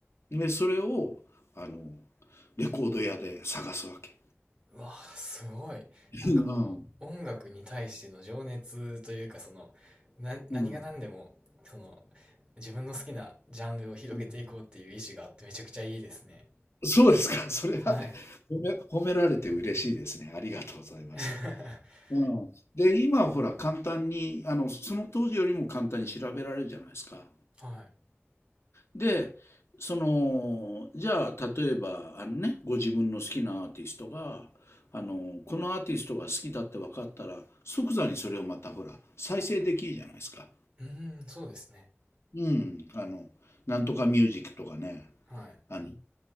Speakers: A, on the left; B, on the right.
A: で、それを、あの、レコード屋で探すわけ。
B: うわあ、すごい。なんかこの音楽に対しての情熱というか、
A: うん
B: その、な、何が何でも、
A: うん
B: その、自分の好きなジャンルを広げていこうっていう意志があってめちゃくちゃいいですね。
A: うんそうですか。それはね、
B: はい。
A: 褒め、褒められて嬉しいですね。ありがとうございます。
B: <laughs>
A: うんで、今はほら簡単に、あの、その当時よりも簡単に調べられるじゃないですか。
B: はい。
A: で、その、じゃあ、例えば、あのね、ご自分の好きなアーティストが、あの、このアーティストが好きだって分かったら、即座にそれをまたほら、再生できるじゃないですか。
B: うーん、そうですね。
A: うん、あの、なんとかミュージックとかね、
B: はい。
A: あの、